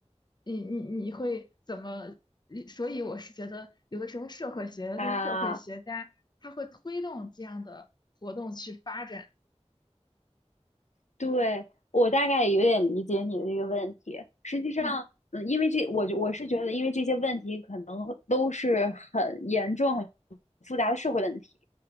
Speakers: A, on the left; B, on the left.
A: 你你你会怎么？所以我是觉得，有的时候社会学的这些社会学家，
B: 啊，
A: 他会推动这样的活动去发展。
B: 对，我大概有点理解你的这个问题。实际上，
A: 嗯。
B: 嗯，因为这，我就我是觉得，因为这些问题可能都是很严重、很复杂的社会问题。